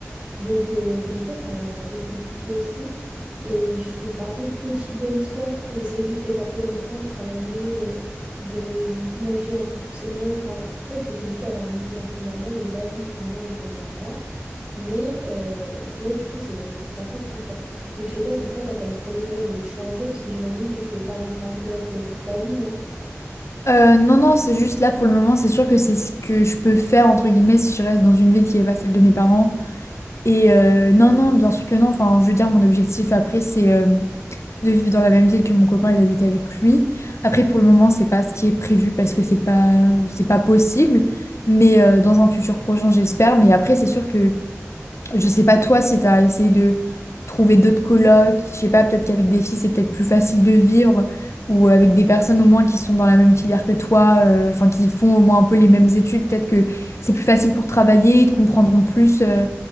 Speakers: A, on the right (about 20°); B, on the left (about 65°).
A: Donc, euh, donc ouais, c'est un, c'est un peu compliqué aussi. Et je me fais un peu petite dans l'histoire. J'essaie juste d'être un peu dans mon coin, de travailler, euh, de manger un peu plus sainement. Enfin, en fait, j'essaie juste d'avoir une vie un peu normale et la vie que moi, j'aimerais avoir. Mais euh, tu du coup, c'est c'est pas facile, quoi. Donc, je sais pas si toi, tu as comme projet quand même de changer, parce que j'imagine que tu veux pas rester en coloc euh, toute ta vie, non?
B: Euh, non, non, c'est juste là pour le moment, c'est sûr que c'est ce que je peux faire, entre guillemets, si je reste dans une ville qui n'est pas celle de mes parents. Et euh, non, non, bien sûr que non. Enfin, je veux dire, mon objectif après, c'est euh, de vivre dans la même ville que mon copain et d'habiter avec lui. Après, pour le moment, c'est pas ce qui est prévu parce que c'est pas, c'est pas possible. Mais euh, dans un futur prochain, j'espère. Mais après, c'est sûr que je sais pas toi si t'as essayé de trouver d'autres colocs, je sais pas, peut-être qu'avec des filles c'est peut-être plus facile de vivre, ou euh, avec des personnes au moins qui sont dans la même filière que toi, euh, enfin qui font au moins un peu les mêmes études, peut-être que c'est plus facile pour travailler, ils te comprendront plus euh,